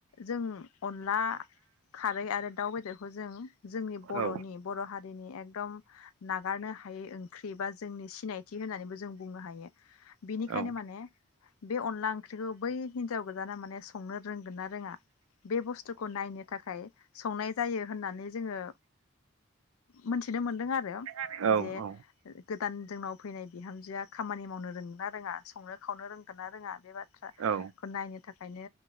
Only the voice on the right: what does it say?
औ
औ अ
औ औ
औ